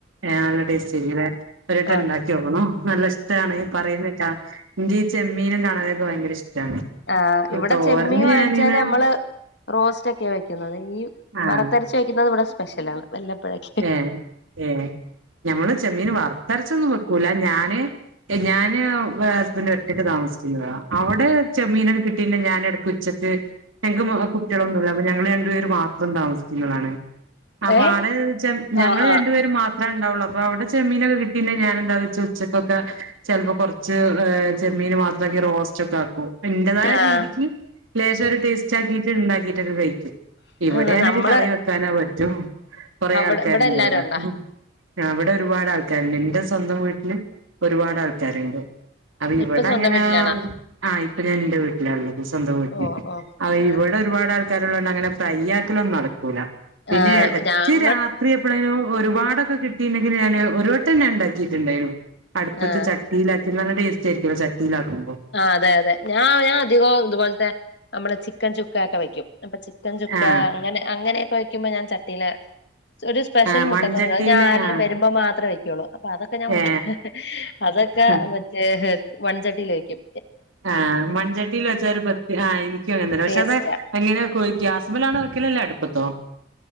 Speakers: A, on the right (about 85°); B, on the left (about 60°).
A: ആഹ് നല്ല ടേസ്റ്റ് ആയിരിക്കൂല്ലേ ഒരു വട്ടം
B: ആഹ്
A: ഇണ്ടാക്കി നോക്കണം നല്ല ഇഷ്ടാണ് പറയുന്ന കേട്ടാ എനിക്ക് ഈ ചെമ്മീനും കണവ ഒക്കെയും ഭയങ്കര ഇഷ്ടാണ്.
B: ആഹ് ഇവിടെ
A: തോരന്
B: ചെമ്മീൻ വാങ്ങിച്ചാല്
A: ഞാനിങ്ങനെ
B: നമ്മള് റോസ്റ്റ് ഒക്കെയ വയ്ക്കുന്നത് ഈ
A: ആഹ് ആഹ്
B: വറുത്തരച്ച് വയ്ക്കുന്നത് ഇവിടെ സ്പെഷ്യലാണ് വല്ലപ്പഴൊക്കെ.
A: ഏഹ് ഏഹ് ഞമ്മള് ചെമ്മീന് വറുത്തരച്ചൊന്നും വെക്കൂല ഞാന് ഞാന് ഹസ്ബന്റും ഒറ്റക്ക് താമസിച്ചിരുന്നതാ അവിടെ ചെമ്മീനൊക്കെ കി പിന്നെ ഞാനെടക്ക് ഉച്ചക്ക് ഞങ്ങക്ക് മോ കുട്ട്യാളൊന്നുല്ല അപ്പ ഞങ്ങള് രണ്ടുപേര് മാത്രം താമസിച്ചിന്നതാണ്. അപ്പ
B: ഏ
A: ആടെച്ചാ ഞങ്ങള്
B: ആഹ്
A: രണ്ടുപേരും മാ ത്രണ്ടാവുള്ള് അപ്പ അവടെ ചെമ്മീനൊക്കെ കിട്ടിണ്ടെ ഞാനെന്താ വെച്ച ഉച്ചക്കൊക്കെ ചെലപ്പോ കൊറ ച്ച് ഏഹ് ചെമ്മീന് മാത്രക്കി റോസ്റ്റക്കെ ആക്കും. എൻ്റതായ
B: ആഹ്
A: രീതിക്ക് ലേശൊരു ടേസ്റ്റ് ആക്കിട്ട് ഇണ്ടാക്കിട്ടൊക്കെ കഴിക്കും.
B: ആഹ്
A: ഇവിടെയാണെങ്കി
B: നമ്മള്
A: കറി വെക്കാനത് പറ്റും കൊറെ
B: അവിടെ
A: ആൾക്കാരുണ്ടിവടെ.
B: ഇവിടെ എല്ലാരും ഉണ്ടാ
A: ആഹ് ഇവടെ ഒരുപാട് ആൾക്കാര്ണ്ട് ഇന്റെ സ്വന്തം വീട്ടില് ഒരുപാട് ആൾക്കാര്ണ്ട്. അത് ഇവടങ്ങനെ
B: ഇപ്പൊ സ്വന്തം വീട്ടിലാണാ
A: ആഹ് ഇപ്പ ഞാൻ ഇന്റെ വീട്ടിലാള്ളത് സ്വന്തം വീട്ടില്.
B: ഓ ഓ
A: അത്
B: ആഹ്
A: ഇവട ഒരുപാട് ആൾക്കാരുള്ളോണ്ട് അങ്ങനെ ഫ്രൈയ്യാക്കലൊന്നും നടക്കൂല. പിന്നെ
B: ആഹ്
A: ഇടക്ക്
B: ഞാങ്ങ്
A: രാത്രി എപ്പളേലും ഒരുപാടക്കെ കിട്ടിണ്ടെങ്കില് ഞാന് ഒരു വട്ടം ഞാൻ ഇണ്ടാക്കിട്ടുണ്ടായ്നു അടുപ്പത്ത്
B: ആഹ്
A: ചട്ടീലാക്കി നല്ല ടേസ്റ്റ് ആയിരിക്കുവല്ലോ ചട്ടീലാക്കുമ്പോ
B: ആഹ് അതെ അതെ ഞാ ഞാൻ അധികോം ഇതുപോൽത്തെ നമ്മളെ ചിക്കൻ ചുക്കയൊക്കെ വെയ്ക്കും അപ്പം ചിക്കൻ ചുക്ക
A: ആ
B: അങ്ങനെ അങ്ങനെയൊക്കെ വെയ്ക്കുമ്പം ഞാൻ ചട്ടിലാ ഒരു സ്പെഷ്യൽ
A: ആ
B: മുട്ടക്കറിയുണ്ട്
A: മൺചട്ടിയില്
B: അത് ഞാൻ ആരെലും
A: ആ
B: വെരുമ്പോൾ മാത്രേ വെക്കുള്ളൂ അപ്പം അതൊക്കെ ഞാൻ മുട്ട്
A: ഏ
B: അതൊക്കെ
A: ആ
B: മറ്റേ മൺചട്ടീല് വെയ്ക്കും
A: ആഹ് മൺചട്ടില് വെച്ചാ ഒരു പ്രതേക ആഹ് എനിക്കു അങ്ങനെതന്നെ പക്ഷെ
B: ടേസ്റ്റാ
A: അത് എങ്ങനെ വെക്കുവാ ഗ്യാസ് മ്മലാണ് വെക്കല് അല്ലേ അടുപ്പത്തോ